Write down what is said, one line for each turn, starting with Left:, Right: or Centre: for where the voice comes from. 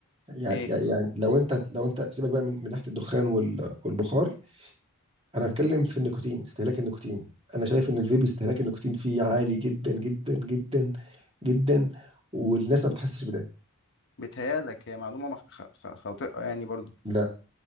Right: يعني
Left: ايه
Right: يعني لو انت لو انت سيبك بقى من, من ناحيه الدخان وال... والبخار انا هتكلم في النيكوتين استهلاك النيكوتين انا شايف ان الفيب استهلاك النيكوتين فيه عالي جدا جدا جدا جدا والناس ما بتحسش بده
Left: بتهيالك هي معلومه مخ- خ- خ- خاطئه يعني برضو
Right: لا